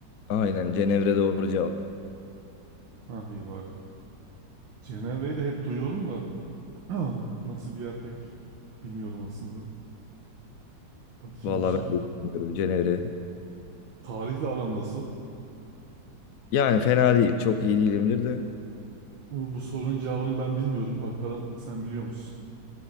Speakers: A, on the left; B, on the right.
A: Aynen Cenevre doğru cevap.
B: Ah iyi var. Cenevre'yi de hep duyuyorum da <clears throat> nasıl bir yer pek bilmiyorum aslında. Bakayım
A: Vallahi
B: şimdi.
A: ben de bilmiyorum Cenevre.
B: Tarihle aran nasıl?
A: Yani fena değil. Çok iyi değilimdir de.
B: Bu, bu sorunun cevabını ben bilmiyorum. Bakalım sen biliyor musun?